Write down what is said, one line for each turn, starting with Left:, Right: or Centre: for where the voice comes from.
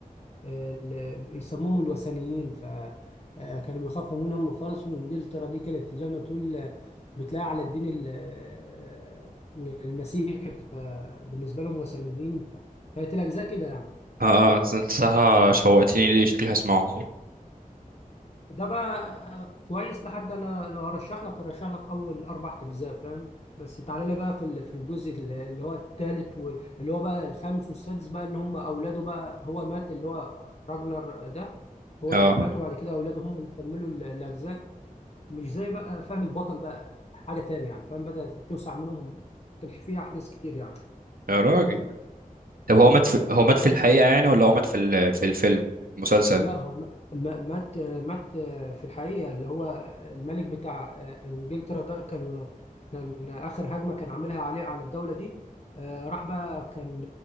Left: اللي بيسموهم الوثنيين ف آه، كانوا بيخافوا منهم خالص وإنجلترا دي كانت زي ما تقول آه، بتلاقي على الدين ال- آه، المسيحي بالنسبه لهم وثنيين ف- كانت الاجزاء كده يعني
Right: اه اه انت صح شوقتني ليه شكلي هسمعه
Left: ده بقى كويس لحد انا لو هرشح لك هرشح لك اول اربع اجزاء فاهم بس تعالى لي بقى في ال- في الجزء ال- اللي هو الثالث واللي هو بقى الخامس والسادس بقى ان هم اولاده بقى هو مات اللي هو راجنر ده هو
Right: اه
Left: اللي مات وبعد كده اولاده هم اللي كملوا ال- الاجزاء مش زي بقى فاهم البطل بقى حاجه تاني يعني فاهم بدات توسع منهم ما كانش فيها احداث كتير يعني
Right: يا راجل طب
Left: والله
Right: هو مات في هو مات في الحقيقة يعني ولا هو مات في ال... في الفيلم مسلسل
Left: لا هو م- م- مات مات في الحقيقة اللي هو الملك بتاع آه، إنجلترا ده كان كان آخر هجمة كان عاملها عليه على الدولة دي آه، راح بقى كان